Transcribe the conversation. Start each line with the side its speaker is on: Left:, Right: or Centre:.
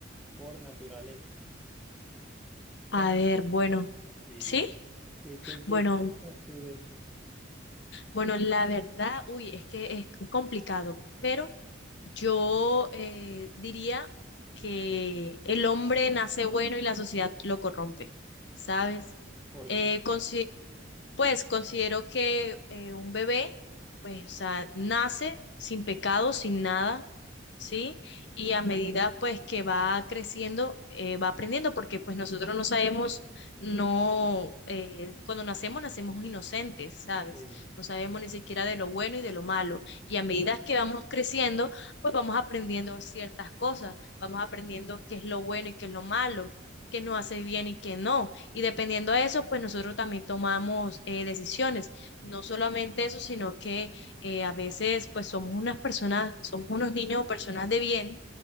Centre: por naturaleza.
Left: A
Centre: ¿Cuál es?
Left: ver, bueno,
Centre: Sí,
Left: sí,
Centre: sí, ¿qué,
Left: bueno,
Centre: qué piensas tú de eso?
Left: bueno, la verdad, uy, es que es complicado, pero yo eh, diría que el hombre nace bueno y la sociedad lo corrompe, ¿sabes?
Centre: ¿Por
Left: Eh,
Centre: qué?
Left: consi- pues considero que eh, un bebé, pues, o sea, nace sin pecado, sin nada ¿sí? Y a medida pues que va creciendo, eh, va aprendiendo, porque pues nosotros no sabemos, no, eh, cuando nacemos, nacemos inocentes, ¿sabes?
Centre: Sí,
Left: No sabemos ni siquiera de lo bueno y de lo malo. Y a medida que vamos creciendo, pues vamos aprendiendo ciertas cosas, vamos aprendiendo qué es lo bueno y qué es lo malo. qué nos hace bien y qué no. Y dependiendo de eso, pues nosotros también tomamos eh, decisiones. No solamente eso, sino que eh, a veces pues somos unas personas, somos unos niños o personas de bien